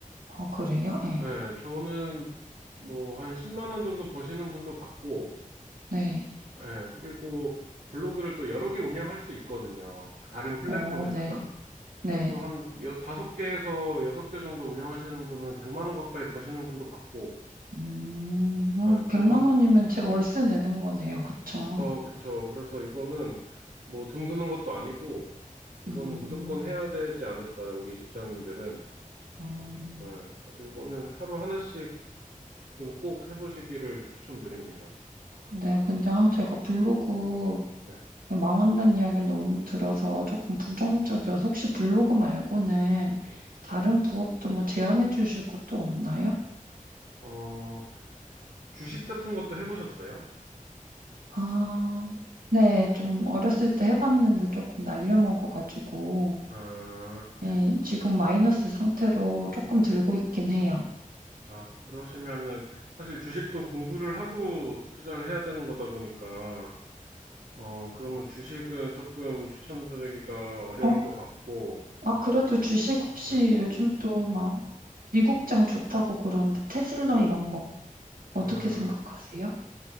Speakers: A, on the right; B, on the right.
A: 어, 그래요? 네.
B: 예, 저는 뭐 한 10만 원 정도 버시는 분도 봤고,
A: 네.
B: 예, 그리고 블로그를 또 여러 개 운영할 수 있거든요. 그 다른 플랫폼에다가.
A: 어, 네. 네.
B: 그래서 한 여- 다섯 개에서 여섯 개 정도 운영하시는 분은 100만 원 가까이 버시는 분도 봤고,
A: 음, 어,
B: 예, 그래서,
A: 100만 원이면 제 월세 내는 거네요. 그쵸?
B: 어, 그쵸. 그래서 이거는 뭐 돈 드는 것도 아니고, 이거는
A: 음,
B: 무조건 해야 되지 않을까, 우리 직장인들은.
A: 어,
B: 예, 그래서 이거는 하루 하나씩은 꼭 해보시기를 추천드립니다.
A: 네. 근데 아, 제가 블로그
B: 네.
A: 망한다는 이야기를 너무 들어서 조금 부정적이어서 혹시 블로그 말고는
B: 음.
A: 다른 부업도 뭐 제안해 주실 것도 없나요?
B: 어, 주식 같은 것도 해보셨어요?
A: 아, 네, 좀 어렸을 때 해봤는데 조금 날려먹어가지고,
B: 아,
A: 예, 지금 마이너스 상태로 조금 들고 있긴 해요.
B: 아, 그러시면은 사실 주식도 공부를 하고 투자를 해야 되는 거다 보니까, 어, 그러면 주식은 조금 추천드리기가 어려울
A: 어?
B: 것 같고,
A: 아, 그래도 주식 혹시
B: 음,
A: 요즘 또 막 미국장 좋다고 그러는데 테슬라 이런 거 어떻게
B: 음,
A: 생각하세요?